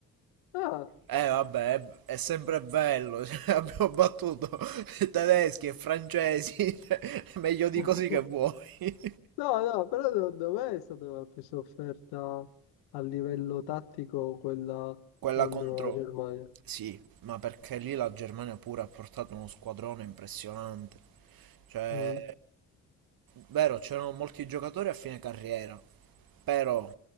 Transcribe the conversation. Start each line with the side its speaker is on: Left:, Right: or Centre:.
Left: Ah!
Right: Eh vabbè, è, è sempre bello, <laughs> cioè, abbiamo battuto <laughs> tedeschi e francesi, <laughs> cioè, meglio di
Left: <laughs>
Right: così che vuoi. <laughs>
Left: No, no, però secondo me è stata una presa offerta a livello tattico quella
Right: Quella
Left: contro
Right: contro...
Left: la Germania.
Right: Sì, ma perché lì la Germania pure ha portato uno squadrone impressionante. Cioè,
Left: Mm,
Right: vero, c'erano molti giocatori a fine carriera, però,